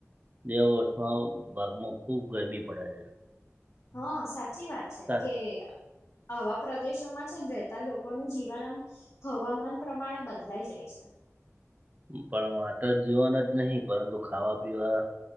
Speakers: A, on the right; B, on the left.
A: બે વર્ષના ભાગમાં ખૂબ ગરમી પડે છે
B: હા સાચી વાત છે
A: તા
B: કે આવા પ્રદેશોમાં છે ને રહેતા લોકોનું જીવન આમ હવામાન પ્રમાણે બદલાઈ જાય છે
A: પણ માત્ર જીવન જ નહીં પરંતુ ખાવા પીવા